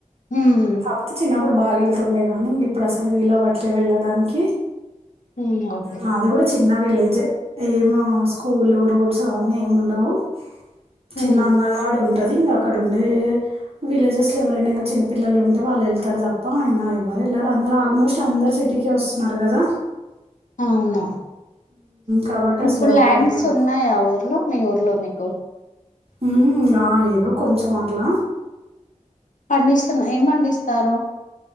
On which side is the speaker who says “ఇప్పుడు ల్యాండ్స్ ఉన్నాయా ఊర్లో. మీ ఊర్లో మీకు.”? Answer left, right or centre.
Left